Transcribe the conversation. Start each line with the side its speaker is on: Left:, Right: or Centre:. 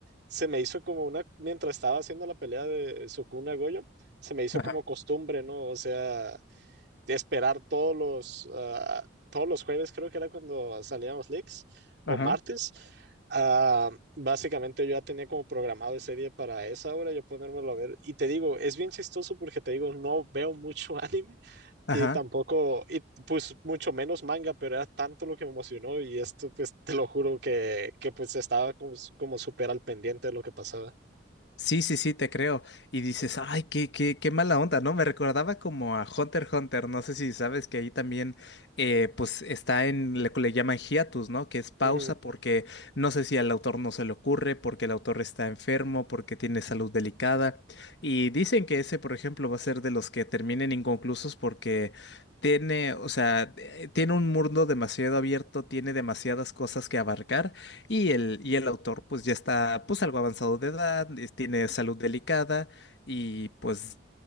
Right: se me hizo como una, mientras estaba haciendo la pelea de Sukuna Goyo, se me hizo
Left: Ajá,
Right: como costumbre, ¿no? O sea, de esperar todos los, ah, todos los jueves, creo que era cuando salían los leaks, o
Left: ajá,
Right: martes. Ah, básicamente yo ya tenía como programado ese día para esa hora, yo ponérmelo a ver. Y te digo, es bien chistoso porque te digo, no veo mucho <laughs> anime
Left: ajá.
Right: y tampoco, y pues mucho menos manga, pero era tanto lo que me emocionó y esto, pues te lo juro que, que pues estaba como, como súper al pendiente de lo que pasaba.
Left: Sí, sí, sí, te creo. Y dices, ay, qué, qué, qué mala onda, ¿no? Me recordaba como a Hunter x Hunter, no sé si sabes que ahí también, eh, pues está en lo que le llaman hiatus, ¿no? Que es pausa
Right: Ujú.
Left: porque no sé si al autor no se le ocurre, porque el autor está enfermo, porque tiene salud delicada. Y dicen que ese, por ejemplo, va a ser de los que terminen inconclusos porque tiene, o sea, eh, tiene un mundo demasiado abierto, tiene demasiadas cosas que abarcar. Y el, y el autor pues ya está pues algo avanzado de edad, es- tiene salud delicada y pues